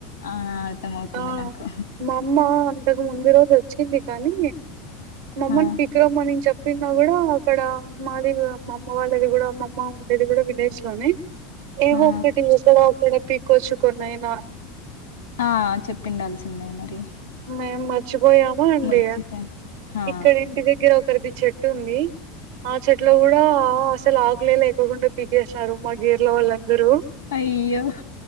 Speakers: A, on the left; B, on the right.
A: ఆ అర్థమవుతుంది
B: ఆ
A: నాకు
B: మా అమ్మ అంతకు ముందు రోజు వచ్చి కానీ మమ్మని
A: హా
B: పీక్కారమ్మని చెప్ప పీకిన కూడా అక్కడ మాది మా అమ్మ వాళ్ళది కూడా మా అమ్మ ఉండేది కూడా విలేజ్ లోనే ఏవో
A: హా
B: ఒకటి ఎక్కడొక్కడ పీకొచ్చు కొన్నాయినా
A: ఆ చెప్పిండాల్సిందే మరి
B: మేము మర్చిపోయామా అండి
A: మర్చిపోయాను హా
B: ఇక్కడ ఇంటి దగ్గర ఒకరిది చెట్టు ఉంది ఆ చెట్లో కూడా అసలు ఆకులే లేకోకొండ పీకేసారు మా గేర్ లో గేర్ లో వాళ్ళందరూ
A: అయ్యో